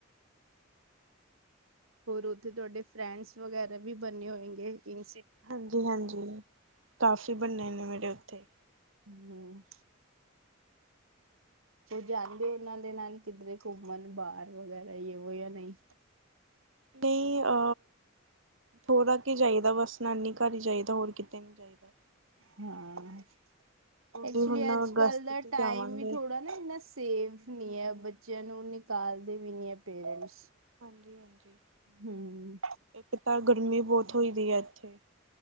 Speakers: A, on the right; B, on the right.
A: ਹੋਰ ਉੱਥੇ ਤੁਹਾਡੇ ਫਰੈਂਡਸ ਵਗੈਰਾ ਵੀ ਬੰਣੇੇ ਹੋਏਗੇ, ਇਨ
B: ਹਾਂਜੀ-ਹਾਂਜੀ, ਕਾਫੀ ਬਣੇ ਨੇ ਮੇਰੇ ਉੱਥੇ।
A: ਹੂੰ-ਹੂੰ ਉਹ ਜਾਂਦੇ ਉਹਨਾਂ ਦੇ ਨਾਲ ਕਿਧਰੇ ਘੁੰਮਣ ਬਾਹਰ ਵਗੈਰਾ ਯੇ-ਵੋ ਯਾ ਨਹੀਂ।
B: ਨਹੀਂ ਅ ਥੋੜ੍ਹਾ ਕ ਜਾਈਦਾ ਬਸ, ਨਾਨੀ ਘਰ ਈ ਜਾਈਦਾ ਹੋਰ ਕਿਤੇ ਨੀ ਜਾਈਦਾ।
A: ਹਾਂ
B: ਉਹ
A: ਐਕਚੁਲੀ
B: ਵੀ ਹੁਣ
A: ਅੱਜ-ਕੱਲ
B: ਅਗਸਤ
A: ਦਾ
B: ਚ
A: ਟਾਈਮ
B: ਜਾਵਾਂਗੇ
A: ਵੀ ਥੋੜ੍ਹਾ ਨਾ ਇੰਨਾ ਸੇਵ ਨਹੀਂ
B: ਹਾਂਜੀ
A: ਐ, ਬੱ ਬੱਚਿਆਂ ਨੂੰ ਨਿਕਾਲਦੇ ਵੀ ਨੀ ਐ, ਪੇਰੈਂਟਸ।
B: ਹਾਂਜੀ-ਹਾਂਜੀ,
A: ਹਮ
B: ਇੱਕ ਤਾਂ ਗਰਮੀ ਬਹੁਤ ਹੋਈ ਵੀ ਆ, ਇੱਥੇ।